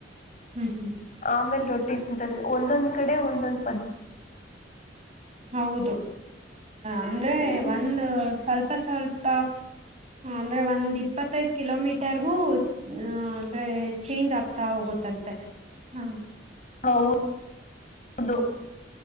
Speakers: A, on the right; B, on the left.
A: ಹ್ಮ್ ಹ್ಮ್.
B: ಆಮೇಲ್ ರೊಟ್ಟಿ ತಿಂತಾರೆ ಒಂದೊಂದ್ ಕಡೆ ಒಂದೊಂದ.
A: ಹೌದು. ಅಂದ್ರೆ
B: ಹ್ಮ್
A: ಒಂದು ಸ್ವಲ್ಪ ಸ್ವಲ್ಪ ಅಂದ್ರೆ ಒಂದ್ ಇಪ್ಪತ್ತೈದು. ಕಿಲೋಮೀಟರ್ಗೂ. ಹ ಅಂದ್ರೆ ಚೇಂಜ್ ಆಗ್ತಾ ಹೋಗುತ್ತಂತೆ ಹಾ.
B: ಹೌ ಹೌದು.